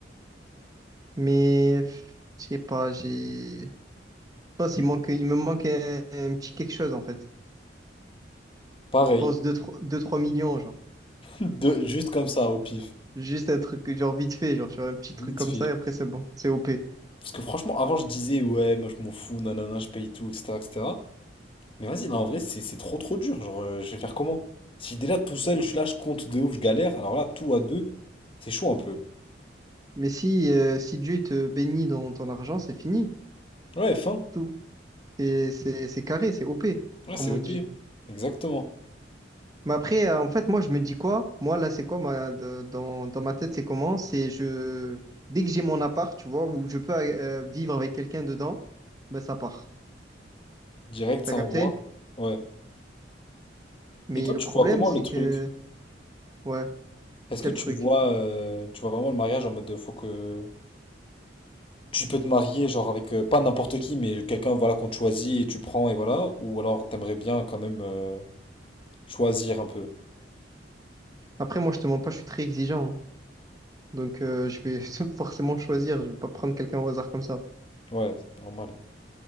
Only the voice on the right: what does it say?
Mais, pff, je sais pas, j'ai, je pense, il manque, il me manque un, un petit quelque chose, en fait.
Je pense deux trois 2 3 millions, genre.
Juste un truc, que, genre, vite fait, genre, sur un petit truc
comme
ça, et après, c'est bon, c'est OP.
Mais si, euh, si Dieu il te bénit dans ton argent, c'est fini.
Tout, c'est, c'est c'est carré, c'est OP,
comme
on dit.
Mais après, euh, en fait, moi, je me dis quoi? Moi, là, c'est quoi ma, de- dans, dans ma tête, c'est comment? C'est je dès que j'ai mon appart, tu vois, où je peux euh, vivre avec quelqu'un dedans, ben ça part.
T'as
capté?
Mais
le
problème,
c'est
que ouais,
quel
truc.
Après, moi, je te mens pas, je suis très exigeant. hein. Donc, euh, je vais <laughs> forcément choisir. Je vais pas prendre quelqu'un au hasard comme ça.